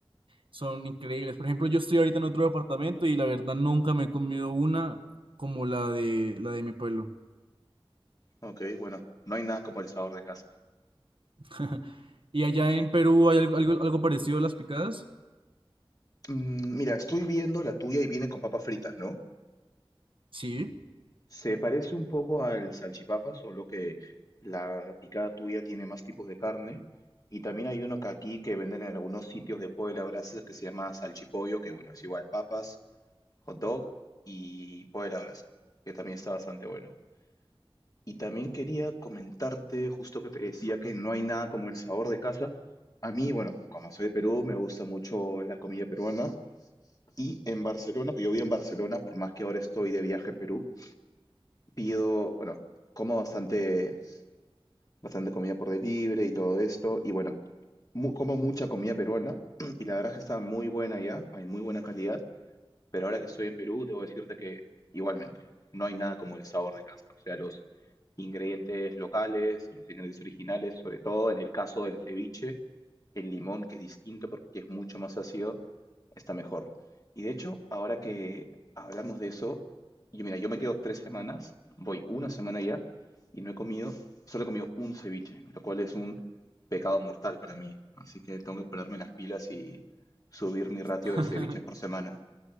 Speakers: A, on the right; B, on the left.
A: son increíbles. Por ejemplo, yo estoy ahorita en otro departamento y la verdad nunca me he comido una como la de, la de mi pueblo.
B: Ok, bueno, no hay nada como el sabor de casa.
A: <laughs> ¿Y allá en Perú hay algo, algo, algo parecido a las picadas?
B: Mm, mira, estoy viendo la tuya y viene con papas fritas, ¿no?
A: Sí.
B: Se parece un poco al salchipapa, solo que la picada tuya tiene más tipos de carne. Y también hay uno que aquí que venden en algunos sitios de pollo a la brasa que se llama salchipollo, que bueno, es igual papas, hot dog y pollo a la brasa, que también está bastante bueno. Y también quería comentarte, justo que te decía que no hay nada como el sabor de casa. A mí, bueno, como soy de Perú, me gusta mucho la comida peruana. Y en Barcelona, que yo vivo en Barcelona, por más que ahora estoy de viaje a Perú, pido, bueno, como bastante, bastante comida por delivery y todo esto, y bueno, mu- como mucha comida peruana, <clears throat> y la verdad es que está muy buena ya, hay muy buena calidad, pero ahora que estoy en Perú, debo decirte que igualmente, no hay nada como el sabor de casa, o sea, los ingredientes locales, los ingredientes originales, sobre todo en el caso del ceviche, el limón, que es distinto porque es mucho más ácido, está mejor. Y de hecho, ahora que hablamos de eso, yo mira, yo me quedo tres semanas, voy una semana ya, y no he comido, solo he comido un ceviche, lo cual es un pecado mortal para mí. Así que tengo que ponerme las pilas y subir mi ratio
A: <laughs>
B: de ceviches por semana.